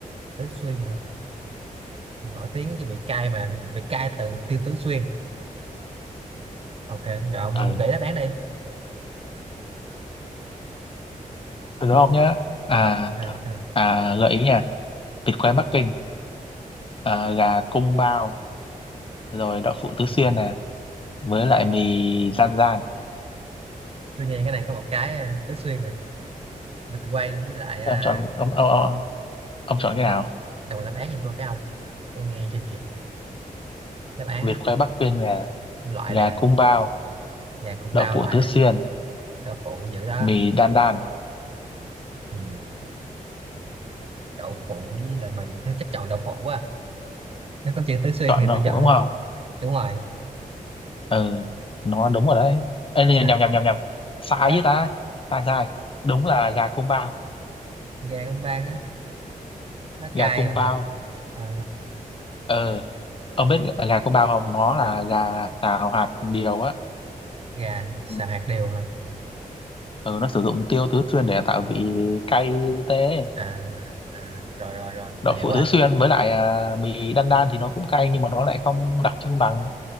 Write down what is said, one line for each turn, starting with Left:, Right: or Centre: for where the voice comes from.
Right: Tứ Xuyên hả nổi tiếng chứ bị cay mà bị cay từ Tiêu Tứ Xuyên ok rồi ông
Left: ờ
Right: gửi đáp án đi
Left: từ đó không nhá à
Right: ok ok
Left: à gợi ý nha vịt quay Bắc Kinh à, gà cung bao rồi đậu phụ tứ
Right: ừ.
Left: xuyên nè với lại mì gian gian
Right: tôi nghe cái này có một cái à, Tứ Xuyên à vịt quay với lại à,
Left: Thế ông chọn ông ông, ông, ông chọn cái
Right: đọc
Left: nào
Right: đọc đáp án giùm tôi cái ông tôi nghe chưa kịp đáp án
Left: vịt
Right: á
Left: quay Bắc Kinh nè
Right: loại
Left: gà
Right: nè
Left: cung bao
Right: gà cũng
Left: đậu
Right: bao
Left: phụ
Right: loại
Left: tứ
Right: này
Left: xuyên
Right: đậu phụ dữ đó
Left: mì đan đan
Right: ừ, đậu phụ với lại mình chắc chọn đậu phụ quá nó có chữ tứ xuyên
Left: chọn
Right: thì
Left: đậu
Right: tôi chọn
Left: phụ đúng không
Right: đúng rồi
Left: ừ nó đúng rồi đấy Ê, nhầm
Right: trời
Left: nhầm nhầm nhầm nhầm sai
Right: á
Left: với ta sai sai đúng là gà cung bao
Right: gà con bang á nó
Left: gà
Right: cay
Left: cung
Right: bằng
Left: bao
Right: à,
Left: ờ ông biết gà cung bao không nó là gà xào hạt điều á
Right: gà xào
Left: Ừ.
Right: hạt điều hả
Left: ờ nó sử dụng tiêu tứ xuyên để tạo vị cay tê
Right: à, à, rồi rồi rồi
Left: đậu
Right: tôi hiểu
Left: phụ
Right: rồi
Left: tứ xuyên với lại à, mì đan đan thì nó cũng cay nhưng mà nó lại không đặc trưng bằng